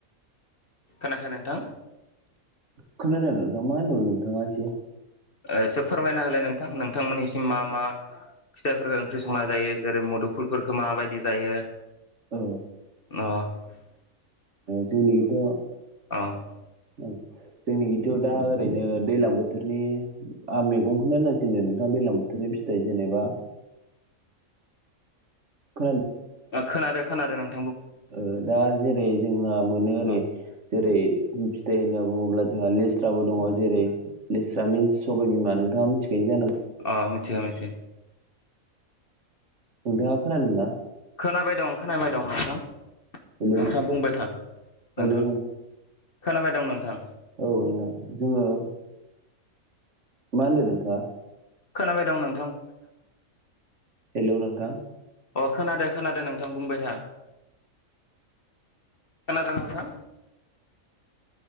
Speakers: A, on the left; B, on the right.
A: खोनाखो नोंथां।
B: खोनादों नोंथां मा होनदौ नोंथांआ एसे
A: जसे फोरमायना होलाय नोंथां नोंथांमोननिसिम मा मा फिथाइफोरखौ ओंख्रि संना जायो जेरै मुदुफुलफोरखौ माबायदि जायो
B: औ।
A: न'
B: जोंनिखथ' औ
A: अ
B: औ जोंनिखथ' दा ओरैनो दैलां बोथोरनि आं मैगंखौनो होननासिनदों नोंथां दैलां बोथोरनि फिथाइ जेनेबा <inaudible>
A: खोनादों खोनादों नों
B: ओ दा जेरै जोंहा मोनो ओरै
A: अ
B: जेरै फिथाइ होनना बुङोब्ला जोंहा लेस्राबो दङ जेरै लेस्रा मिन्स सबाय बिमा नोंथाङा मिथिखायो जानांग
A: अ मिथि मिथि
B: नोंथाङा खोनादोंना ना
A: खोनाबाय दं खोनाबाय दं नोंथां
B: हेलौ
A: नोंथाङा बुंबाय था
B: हेलौ
A: नोंथां खोनाबाय दं नोंथां।
B: औ मोनदां जोङो मा होनदों नोंथाङा
A: खोनाबाय दं नों
B: हेल' नोंथां।
A: अ खोनादों खोनादों नोंथां बुंबाय था खोनादों नोंथां